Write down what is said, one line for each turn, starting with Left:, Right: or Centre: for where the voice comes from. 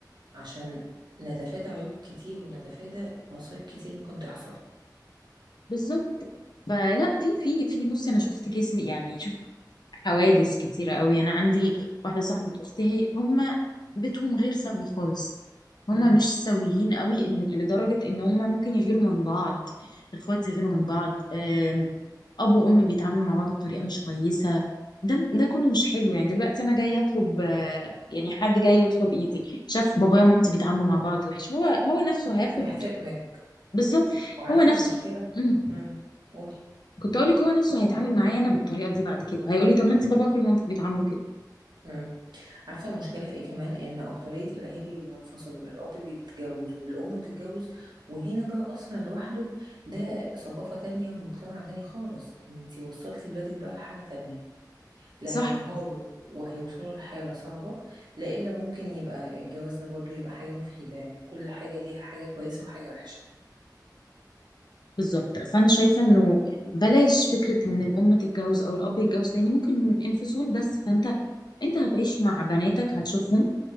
Right: عشان نتفادى عيوب كتير ونتفادى مصايب كتير ممكن تحصل
Left: بالظبط فلا في في في بصي أنا شفت كيس يعني شفت حوادث كتيرة قوي أنا عندي واحدة صاحبة أختي هي هما بيتهم غير سوي خالص هما
Right: مم.
Left: مش سويين قوي إن لدرجة إن هما ممكن يغيروا من بعض الإخوات يغيروا من بعض آم، أب وأم بيتعاملوا مع بعض بطريقة مش كويسة ده ده كله مش حلو يعني دلوقتي أنا جاي أطلب آه، يعني حد جاي يطلب إيدي شاف بابايا ومامتي بيتعاملوا مع بعض وحش هو هو نفسه هياخد
Right: فيحترمك
Left: بالظبط
Right: وعارفة
Left: هو نفسه
Right: مشكلة
Left: مم.
Right: مم. قولي
Left: كنت أقول لك هو نفسه هيتعامل معايا أنا بالطريقة دي بعد كده هيقول لي طب ما أنت باباكي ومامتك بيتعاملوا كده
Right: مم. عارفة المشكلة في ايه كمان ان اكترية الاهالي بينفصلوا الاب بيتجوز والام بتتجوز وهنا بقى اصلا لوحده ده ثقافة تانية ومجتمع تاني خالص انتي وصلتي ولادك بقى لحالة تانية لا
Left: صح
Right: هينهاروا وهيوصلوا لحالة صعبة لا الا ممكن يبقى الجواز ده برضو يبقى حاجة مفيدة يعني كل حاجة ليها حاجة كويسة وحاجة وحشة
Left: بالظبط فانا شايفه انه بلاش فكره ان الام تتجوز او الاب يتجوز تاني ممكن انفصال بس فانت انت هتعيش مع بناتك هتشوفهم